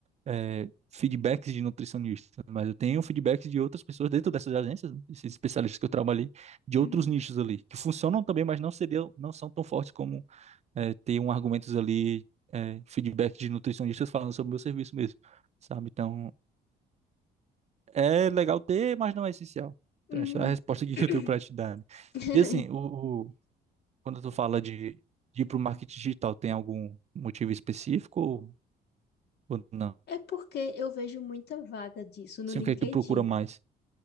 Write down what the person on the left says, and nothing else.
Uhum.
Uhum.
<coughs>
<clears throat>
É porque eu vejo muita vaga disso no
LinkedIn.